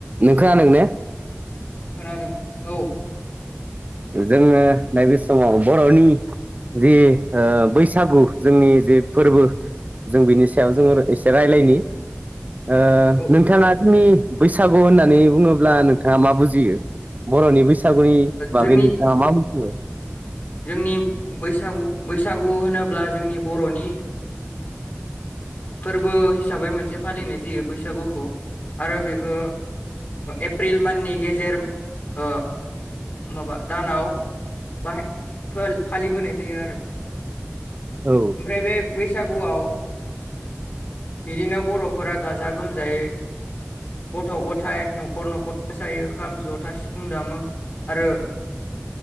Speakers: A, on the right; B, on the left.
A: नों खानादों ना?
B: खोनादों औ।
A: जोङो नैबे समाव बर'नि जि ओ बैसागु जोंनि जि फोरबो जों बिनि सायाव जोङो एसे रायलायनि। ओ
B: औ ओ
A: नोंथाङा। जोंनि बैसागु होननानै बुङोब्ला नोंथाङा मा बुजियो। बर'नि बैसागुनि बाखै
B: जोंनि
A: नोंथांङा मा बुं <inaudible>
B: जोंनि बैसागु बैसागु होनोब्ला जोंनि बर'निओ फोरबो हिसाबै मोनसे फालिनाय जायो बैसागुखौ आरो बेखौ एप्रिल माननि गेजेर ओ माबा दानाव बाहाय फालिबोनाय जायो आरो।
A: औ
B: ओमफ्राय बे बैसागुआव बिदिनो बर'फोरा गाजा गोमजायै गथ' गथाय न'खर न'खर मोसायो खाम जथा सिफुं दामो आरो